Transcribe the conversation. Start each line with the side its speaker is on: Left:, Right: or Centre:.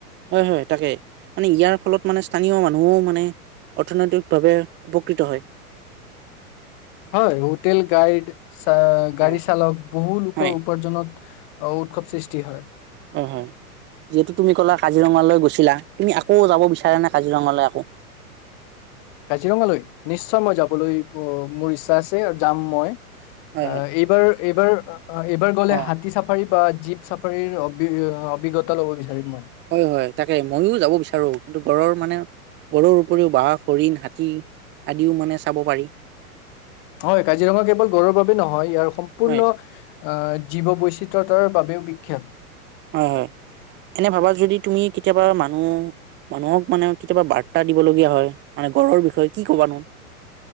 Right: হয় হয় তাকে মানে ইয়াৰ ফলত মানে স্থানীয় মানুহো মানে অৰ্থনৈতিক ভাৱে উপকৃত হয়।
Left: হয় হোটেল গাইড চ গাড়ী
Right: অ
Left: চালক বহু লোকৰ
Right: হয়
Left: উপাৰ্জনত অ উৎসৱ সৃষ্টি হয়।
Right: অ হয় যিহেতু তুমি কলা কাজিৰঙালৈ গৈছিলা তুমি আকৌ যাব বিচাৰা নে কাজিৰঙালৈ আকৌ ।
Left: কাজিৰঙালৈ নিশ্চয় মই যাবলৈ মোৰ ইচ্ছা আছে আৰু যাম মই আহ
Right: হয় হয়
Left: এইবাৰ এইবাৰ । অ এইবাৰ গ'লে
Right: অ
Left: হাতী চাফাৰী বা জীপ চাফাৰীৰ অভিজ্ঞতা ল'ব বিচাৰিম মই ।
Right: হয় হয় তাকে মইয়ো যাব বিচাৰো, কিন্তু গড়ৰ মানে গড়ৰ উপৰিও বাঘ হৰিণ হাতী আদিও মানে চাব পাৰি ।
Left: হয় কাজিৰঙা কেৱল গড়ৰ বাবে নহয় ইয়াৰ সম্পূৰ্ণ
Right: হয়
Left: আহ জীৱ বৈচিত্ৰতাৰ বাবেও বিখ্যাত ।
Right: হয় হয় এনে ভাবা যদি তুমি কেতিয়াবা মানুহ মানুহক মানে কেতিয়াবা বাৰ্তা দিবলগীয়া হয় মানে গড়ৰ বিষয়ে কি ক'বানো।